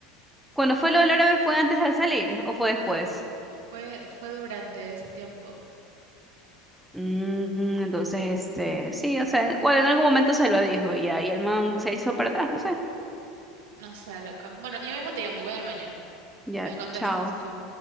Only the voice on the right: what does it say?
Fue, fue durante ese tiempo.
No sé, loca. Bueno, yo mismo te llamo, voy al baño.
Me contestas.
Chao.